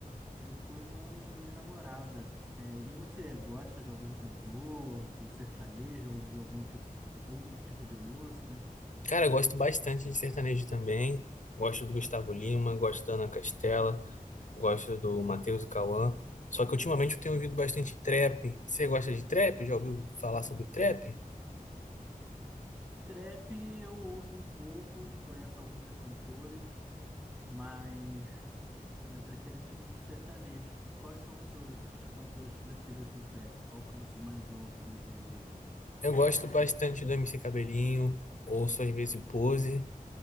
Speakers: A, on the right; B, on the left.
A: Eu fui com minha namorada. É, e você gosta de algum cantor, do sertanejo ou de algum tipo, outro tipo de música?
B: Cara, eu gosto bastante de sertanejo também. Gosto do Gustavo Lima, gosto da Ana Castela, gosto do Matheus e Cauã. Só que ultimamente eu tenho ouvido bastante trap. Você gosta de trap? Já ouviu falar sobre trap?
A: Trap eu ouço um pouco, conheço alguns cantores, mas minha preferência é pro sertanejo. Quais são os seus cantores preferidos do trap? Qual que você mais ouve no dia a dia?
B: Eu gosto bastante do MC Cabelinho, ouço às vezes o Pose,